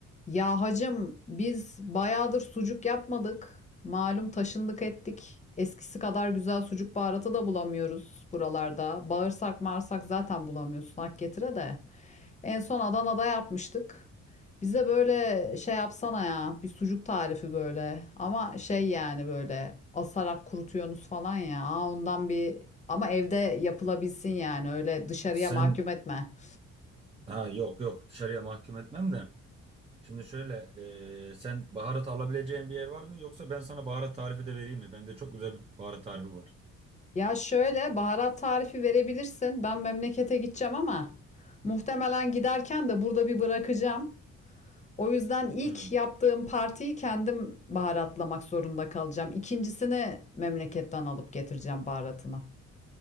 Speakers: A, on the left; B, on the right.
A: Ya hacım biz bayağıdır sucuk yapmadık. Malum taşındık ettik. Eskisi kadar güzel sucuk baharatı da bulamıyoruz buralarda. Bağırsak marsak zaten bulamıyorsun hak getire de. En son Adana'da yapmıştık. Bize böyle şey yapsana ya bir sucuk tarifi böyle. Ama şey yani böyle asarak kurutuyorsunuz falan ya. Aa, ondan bir ama evde yapılabilsin yani öyle dışarıya
B: Sen
A: mahkum etme.
B: ha yok yok dışarıya mahkum etmem de. Şimdi şöyle e, sen baharat alabileceğin bir yer var mı? Yoksa ben sana baharat tarifi de vereyim mi? Bende çok güzel bir baharat tarifi var.
A: Ya şöyle baharat tarifi verebilirsin. Ben memlekete gideceğim ama muhtemelen giderken de burada bir bırakacağım. O yüzden ilk
B: Hmm.
A: yaptığım partiyi kendim baharatlamak zorunda kalacağım. İkincisini memleketten alıp getireceğim baharatını.